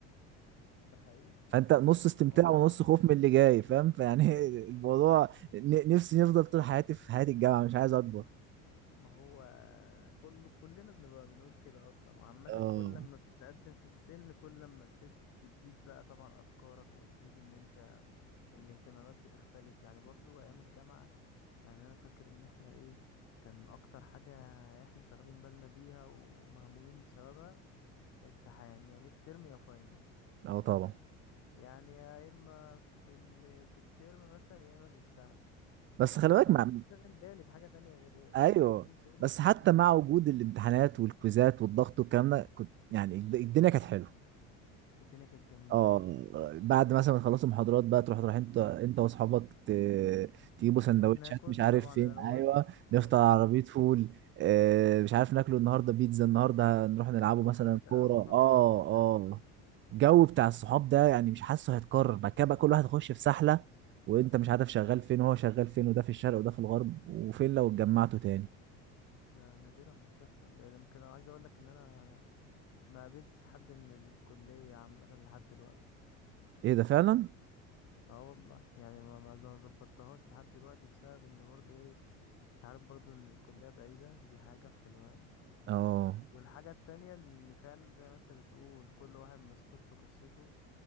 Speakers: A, on the left (about 55°); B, on the right (about 40°).
A: ده حقيقي
B: فانت نص استمتاع
A: هو انت
B: ونص خوف
A: لازم
B: من اللي جاي فاهم فيعني <laughs> الموضوع ن- نفسي نفضل طول حياتي في حياة الجامعة مش عايز اكبر
A: ما هو كل كلنا بنبقى بنقول كده اصلا وعامة
B: اه
A: كل لما بتتقدم في السن كل لما بتد... بتزيد بقى طبعا افكارك وتزيد ان انت الاهتمامات بتختلف يعني برضو ايام الجامعة يعني انا فاكر ان احنا ايه كان اكتر حاجة احنا شغالين بالنا بيها ومهمومين بسببها امتحان يا ميد ترم يا فاينل
B: اه طبعا
A: يعني يا اما في ال... في الترم مثلا يا اما في السنة
B: بس خلي بالك
A: فانا
B: مع
A: مش شاغل بالي بحاجة تانية غير غير
B: ايوه
A: الحاجتين دول
B: بس
A: فاهم
B: حتى مع وجود الامتحانات والكويزات والضغط والكلام ده كنت يعني الد- الدنيا كانت حلوه
A: الدنيا كانت جميلة
B: اه
A: طبعا
B: بعد مثلا ما تخلصوا محاضرات بقى تروح تروح انت انت واصحابك ت- تجيبوا سندوتشات
A: نروح ناكل
B: مش عارف
A: طبعا
B: فين
A: الاول
B: ايوه
A: اول
B: نفطر
A: حاجة
B: على
A: ناكل
B: عربيه فول آه، مش عارف ناكله النهارده بيتزا النهارده نروح نلعبوا
A: كوباية
B: مثلا
A: قهوة
B: كوره اه
A: طبعا لازمة
B: اه الجو بتاع الصحاب ده يعني مش حاسه هيتكرر بعد كده بقى كل واحد يخش في سحله وانت مش عارف شغال فين وهو شغال فين وده في الشرق وده في الغرب وفين لو اتجمعتوا تاني
A: ده نادرا ما بتحصل يعني يمكن انا عايز اقول لك ان انا ما قابلتش حد من الكلية عامة لحد دلوقتي
B: ايه ده فعلا
A: اه والله يعني ما ما ما ظبطتهاش لحد دلوقتي بسبب ان برضو ايه انت عارف برضو ان الكلية بعيدة دي حاجة في حلوان
B: اه
A: والحاجة التانية ان فعلا زي ما انت بتقول كل واحد مسحول في قصته